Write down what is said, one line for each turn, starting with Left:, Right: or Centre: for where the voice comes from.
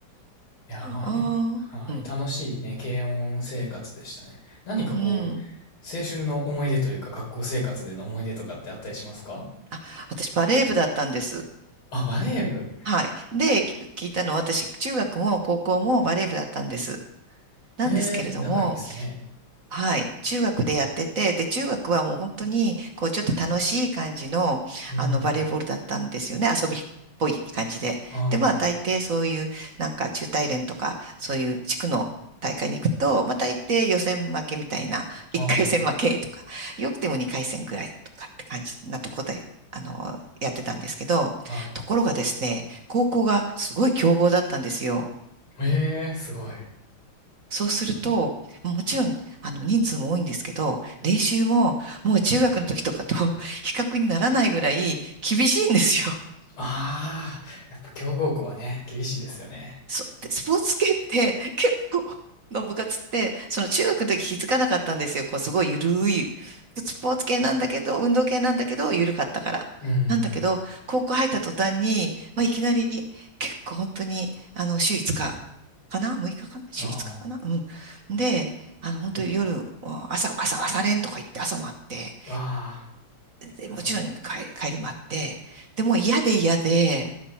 Left: いやー、まあね。
Right: ああ。
Left: はい。
Right: うん。
Left: 楽しいね、軽音生活でしたね。何かこう、
Right: うん。
Left: 青春の思い出というか、学校生活での思い出とかってあったりしますか
Right: あ、私バレー部だったんです。
Left: あ、バレー部。
Right: はい。で、き聞いたのは私、中学も高校もバレー部だったんです。なんですけれども、
Left: へえ、長いですね。
Right: はい、中学でやってて、で、中学はもう本当に、こう、ちょっと楽しい感じの、
Left: うん。
Right: あの、バレーボールだったんですよね。遊びっぽい感じで。
Left: あ
Right: で、まあ、大抵そういう、なんか、中大連とか、そういう地区の大会に行くと、まあ、大抵予選負けみたいな、<laughs> 1回戦負けとか、
Left: あ、あ
Right: よくても2回戦ぐらいとかって感じなとこで、あの、やってたんですけど、
Left: あ、はい。
Right: ところがですね、高校がすごい強豪だったんですよ。
Left: へえ、すごい。
Right: そうすると、もちろん、あの、人数も多いんですけど、練習も、もう中学の時とかと <laughs> 比較にならないぐらい厳しいんですよ。
Left: ああ、やっぱ強豪校はね、厳しいですよね。
Right: そ <laughs> で、スポーツ系って結構の部活って、その中学の時気づかなかったんですよ。こう、すごいゆるい。スポーツ系なんだけど、運動系なんだけど、ゆるかったから。
Left: うん
Right: なんだけど、高校入った途端に、まあ、いきなり結構本当に、あの、週5日かかな ?6 日かな週5日かかなうん。
Left: うんうん。あ
Right: で、あの、本当に夜、朝、朝、朝練とか行って朝もあって、
Left: あ、わあ、
Right: で、もちろん帰、
Left: なるほ
Right: 帰りもあって、でもう嫌で嫌で、